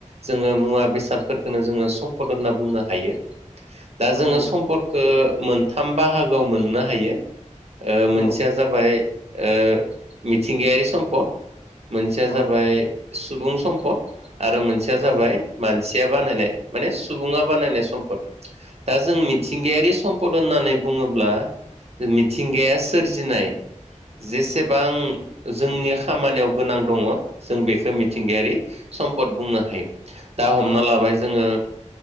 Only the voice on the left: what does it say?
औ
औ
औ
औ
औ